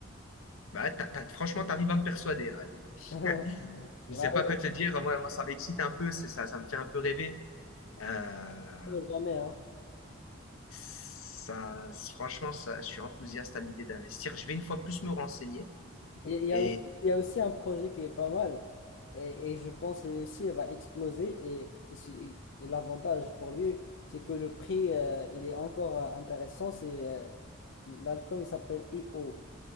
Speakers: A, on the left; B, on the left.
A: bah, t'as- t'as- franchement, tu arrives à me persuader là.
B: <laughs>
A: <laughs> Je
B: Bah
A: ne sais pas
B: ouais.
A: quoi te dire. Moi, moi ça m'excite un peu, c'est ça, ça me fait un peu rêver. Euh,
B: Jamais, hein.
A: Ça, franchement, ça, je suis enthousiaste à l'idée d'investir. Je vais une fois plus me renseigner
B: Il il y
A: et
B: a aussi, il y a aussi un projet qui est pas mal et, et je pense que lui aussi il va exploser et, et, si- et l'avantage pour lui, c'est que le prix, euh, il est encore euh, intéressant, c'est euh, l'altcoin il s'appelle i o